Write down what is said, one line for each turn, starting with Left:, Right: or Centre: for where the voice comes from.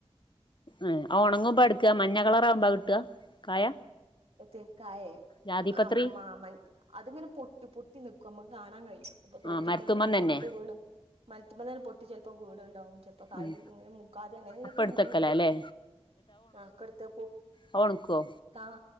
Left: ഏ ഒണങ്ങുമ്പോ എടുക്ക മഞ്ഞ കളറാവുമ്പോ <unintelligible> കായ
Right: എത് കായേ
Left: ജാതിപത്രി
Right: ആ മാമ അതിങ്ങനെ പൊട്ട് പൊട്ടി നിക്കും നമ്മക്ക് കാണാൻ കഴിയും. അപ്പൊ തോട്ടിട്ടല്ലേ
Left: ആഹ് മരത്തുമ്മേന്ന്
Right: നിലത്ത്
Left: തന്നെ
Right: വീണ് മലത്തുമ്പോതെന്നെ പൊട്ടി ചിലപ്പോ വീണ്ണ്ടാവും. ചപ്പോ കായിം
Left: ഉം
Right: ഇങ്ങനെ മുക്കാൽ അങ്ങനെ ഇങ്ങനെയൊക്കെ
Left: അപ്പ എടുത്തക്കലാ
Right: ബുഗ്ഗും
Left: അല്ലേ
Right: ആ കെട്ത്ത് പോ
Left: അഹ് ഒണക്കോ?
Right: ആ